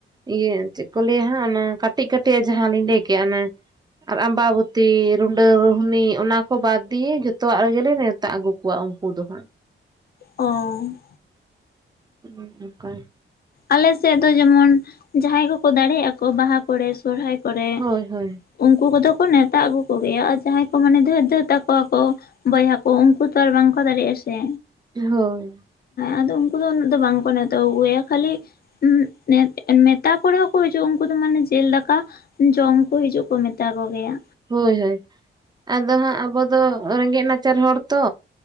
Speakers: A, on the right; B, on the left.
A: ᱤᱭᱟᱹ ᱪᱮᱫ ᱠᱚ ᱞᱟᱹᱭᱟ ᱦᱟᱸᱜ ᱚᱱᱟ ᱠᱟᱹᱴᱤᱜ ᱠᱟᱹᱴᱤᱜ ᱡᱟᱦᱟᱸ ᱞᱤᱧ ᱞᱟᱹᱭ ᱠᱮᱜᱼᱟ ᱚᱱᱮ ᱟᱨ ᱟᱢᱵᱟᱵᱚᱛᱤ, ᱨᱩᱰᱟᱹ, ᱨᱩᱦᱱᱤ ᱚᱱᱟ ᱠᱚ ᱵᱟᱫᱽ ᱫᱤᱭᱮ ᱡᱚᱛᱚᱣᱟᱜ ᱨᱮᱜᱮ ᱞᱮ ᱱᱮᱣᱛᱟ ᱟᱹᱜᱩ ᱠᱩᱣᱟᱜ ᱩᱱᱠᱩ ᱫᱚ ᱦᱟᱸᱜ᱾
B: ᱚᱸᱻ
A: <inaudible> ᱠᱟ
B: ᱟᱞᱮ ᱥᱮᱜ ᱫᱚ ᱡᱮᱢᱚᱱ ᱡᱟᱦᱟᱸᱭ ᱠᱚᱠᱚ ᱫᱟᱲᱮᱜ ᱟᱠᱚ ᱵᱟᱦᱟ ᱠᱚᱨᱮ ᱥᱚᱨᱦᱟᱭ ᱠᱚᱨᱮ
A: ᱦᱳᱭ ᱦᱳᱭ
B: ᱩᱱᱠᱩ ᱠᱚᱫᱚ ᱠᱚ ᱱᱮᱣᱛᱟ ᱟᱹᱜᱩ ᱠᱚᱜᱮᱭᱟ ᱟᱨ ᱡᱟᱦᱟᱸᱭ ᱠᱚ ᱢᱟᱱᱮ ᱫᱷᱟᱹᱨ ᱫᱷᱟᱹᱨ ᱛᱟᱠᱚᱣᱟ ᱠᱚ ᱵᱚᱭᱦᱟ ᱠᱚ ᱩᱝᱠᱩ ᱛᱚ ᱟᱨ ᱵᱟᱝᱠᱚ ᱫᱟᱲᱮᱭᱟᱜ-ᱟ ᱥᱮ᱾
A: ᱦᱳᱭ᱾
B: ᱟᱫᱚ ᱩᱝᱠᱩ ᱫᱚ ᱩᱱᱟᱹᱜ ᱫᱚ ᱵᱟᱝ ᱠᱚ ᱱᱮᱣᱛᱟ <inaudible> ᱠᱷᱟᱹᱞᱤ <inaudible> ᱢᱮᱛᱟ ᱠᱚ ᱨᱮᱦᱚᱸᱠᱚ ᱦᱤᱡᱩᱜ ᱩᱝᱠᱩ ᱫᱚ ᱢᱟᱱᱮ ᱡᱮᱞ ᱫᱟᱠᱟ ᱡᱚᱢ ᱠᱚ ᱦᱤᱡᱩᱜ ᱠᱚ ᱢᱮᱛᱟ ᱠᱚᱜᱮᱭ-ᱟ᱾
A: ᱦᱳᱭ ᱦᱳᱭ ᱟᱫᱚ ᱦᱟᱸᱜ ᱟᱵᱚ ᱫᱚ ᱨᱮᱸᱜᱮ ᱱᱟᱪᱟᱨ ᱦᱚᱲ ᱛᱚ᱾